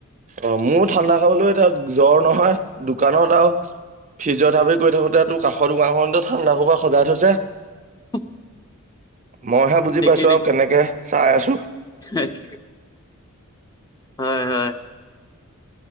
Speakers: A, on the right; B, on the left.
A: অ মোৰো ঠাণ্ডা খাবলৈ এতিয়া জ্বৰ নহয়। দোকানত আৰু ফিজৰ থাবি কৰি থাকোতে তটো কাষৰ দোকাৰখনতে। ঠাণ্ডা কোবা সজাই থৈছে।
B: উ <unintelligible>
A: মইহে বুজি
B: দেখি
A: পাইছো
B: দেখি
A: আৰু কেনেকে চাই আছো
B: আজিতি। হয় হয়।